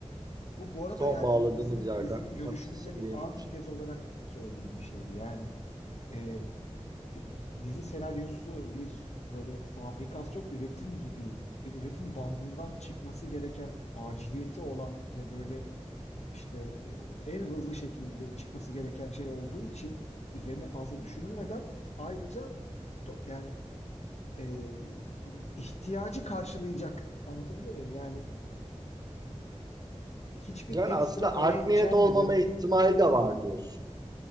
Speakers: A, on the left (about 70°); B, on the right (about 35°).
A: Bu bu arada
B: Son
A: yani
B: bağladığımız
A: bu bizim
B: yerden
A: bizim görüşümüze
B: haksızsın
A: bir
B: diyemeyeceğim.
A: antitez olarak söylediğim bir şeydi. Yani e, di- dizi senaryosu bir böyle fabrikasyon üretim gibi bir üretim bandından çıkması gereken aciliyeti olan ve böyle işte e, en hızlı şekilde çıkması gereken şey olduğu için üzerine fazla düşünülmeden ayrıca to- yani e, ihtiyacı karşılayacak anlatabiliyor muyum? Yani hiçbir
B: Yani
A: ekstra
B: aslında
A: öğe
B: art
A: içermeden
B: niyet olmama ihtimali de var diyorsun.